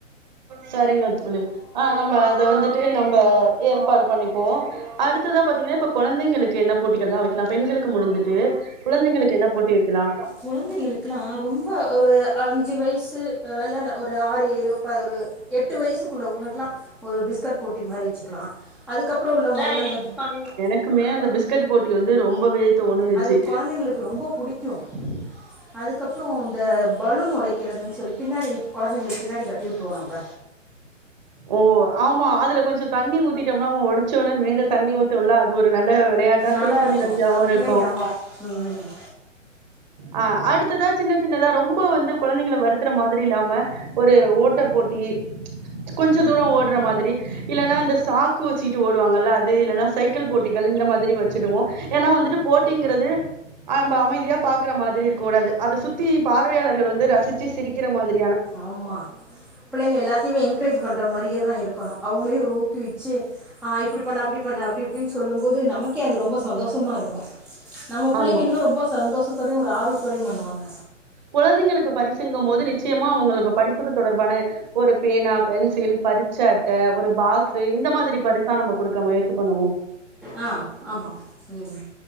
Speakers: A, on the right; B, in the centre.
A: சரிங்கத் தோழி அ நம்ப அத வந்துட்டு நம்ப ஏற்பாடு பண்ணிப்போ அடுத்ததாப் பாத்தீங்கனா இப்ப கொழந்தைங்களுக்கு என்னப் போட்டிகள்லா வெக்கலா பெண்களுக்கு முடிஞ்சிட்டு குழந்தைங்களுக்கு என்ன போட்டி வெக்கலா
B: குழந்தைகளுக்லா ரொம்ப ஒரு அஞ்சி வயசு அ இல்ல இல்ல ஒரு ஆறு ஏழு ப ஒரு எட்டு வயசுக்குள்ளவங்ளுக்லா எல்லாம் ஒரு பிஸ்கர் போட்டி மாரி வச்சுக்லா அதுக்கப்றோ உள்ளவங்ளுக்லா இந்தப
A: க்குமே அந்த பிஸ்கெட் போட்டி வந்து ரொம்பவே தோணுனுச்சு
B: அது கொழந்தைங்களுக்கு ரொம்ப புடிக்கு அதுக்கப்புறோ இந்த பலூன் ஒடைக்கிறதுன்னு சொல்லி பின்னாடி கொழந்தைங்களுக்கு பின்னாடி கட்டி உட்டுருவோ நம்ப
A: ஓ ஆமா அதுல கொஞ்ச தண்ணி ஊத்திட்டம்னா அவுங்க ஒடைச்சோனே மே தண்ணி ஊத்துவல்ல அது ஒரு நல்ல விளையாட்டா
B: நல்லா
A: சிரிப்பு
B: இருக்கும்
A: நிகழ்ச்சியாவு
B: அது
A: இருக்கு
B: பிள்ளைங்க ஆமாம் ம்
A: அ அடுத்ததா சின்ன சின்னதா ரொம்ப வந்து கொழந்தைங்கள வருத்துற மாதிரி இல்லாம ஒரு ஓட்ட போட்டி கொஞ்ச தூரோ ஓட்ற மாதிரி இல்லன்னா இந்த சாக்கு வச்சுட்டு ஓடுவாங்கல்ல அது இல்லன்னா சைக்கிள் போட்டிகள் இந்த மாதிரி வச்சிடுவோ ஏன்னா வந்துட்டு போட்டிங்கிறது அமைதியா பா க்ற மாதிரி இருக்கூடாது அது சுத்தி பார்வையாளர்கள் வந்து ரசிச்சு சிரிக்கிற மாதிரி
B: ஆமா பிள்ளைங்க எல்லாத்தையுமே என்கரேஜ் பண்ற மாரியே தா இருக்குணு அவுங்களையு ஒரு ஊக்குவிச்சு ஆ இப்டி பண்ணு அப்டி பண்ணு அப்டி இப்டின்னு சொல்லும் போது நமக்கே அது ரொம்ப சந்தோஷமா இருக்கு நம்ம பிள்ளைங்க
A: ஆமா
B: இன்னு ரொம்ப சந்தோஷத்தோடையு ஒரு ஆர்வத்தோடையு பண்ணுவாங்க
A: குழந்தைங்களுக்கு பரிசிங்கம் போது நிச்சயமா அவுங்களுக்கு படிப்புக்கு தொடர்பான ஒரு பேனா பென்சில் பரீ ச்ச அட்ட ஒரு பாக்ஸூ இந்த மாதிரி பரிசா நம்ம குடுக்க முயற்சி பண்ணுவோ
B: ஆ ஆமா ம்